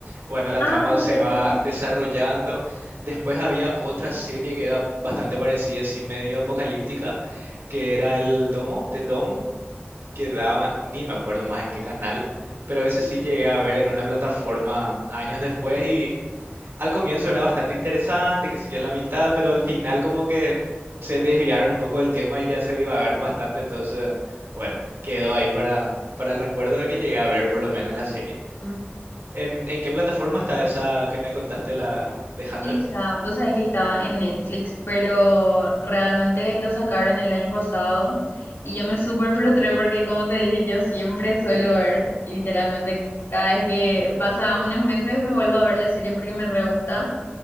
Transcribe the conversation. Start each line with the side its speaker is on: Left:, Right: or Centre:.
Right: bueno, la
Left: Ah,
Right: trama se
Left: claro
Right: va
Left: que sí.
Right: desarrollando. Después había otra serie que era bastante parecida, así medio apocalíptica, que era el Domo, The Dom, que daban, ni me acuerdo más en qué canal, pero ese sí llegué a ver en una plataforma años después al comienzo era bastante interesante, que sé yo, la mitad, pero al final como que se desviaron un poco del tema y ya se divagaron bastante, entonces, bueno, quedó ahí para, para el recuerdo de que llegué a ver por lo menos la serie.
Left: Mm.
Right: ¿En, en qué plataforma está esa que me contaste, la de 100?
Left: Hija, vos sabés que estaba en Netflix, pero realmente lo sacaron el año pasado y yo me súper frustré porque, como te dije, yo siempre suelo ver, literalmente, cada vez que pasa unos meses me vuelvo a ver la serie porque me re gusta.